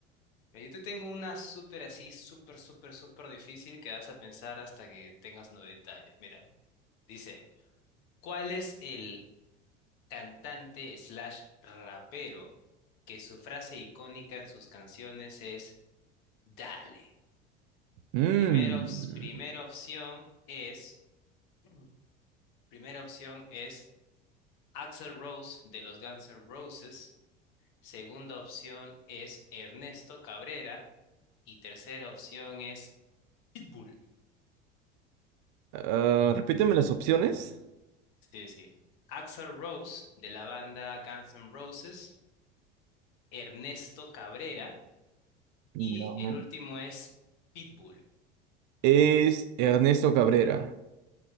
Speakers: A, on the left; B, on the right.
A: Mira, Yo te tengo una súper así, súper, súper, súper difícil que vas a pensar hasta que tengas 90 años. Mira, dice, ¿cuál es el cantante slash rapero que su frase icónica en sus canciones es Dale?
B: Mm.
A: Primera, ops- primera opción es, <clears throat> primera opción es Axl Rose de los Guns N' Roses. Segunda opción es Ernesto Cabrera. Y tercera opción es Pitbull.
B: Ah, repíteme las opciones.
A: Sí, sí. Axl Rose, de la banda Guns N' Roses, Ernesto Cabrera,
B: No.
A: y el último es Pitbull.
B: Es Ernesto Cabrera.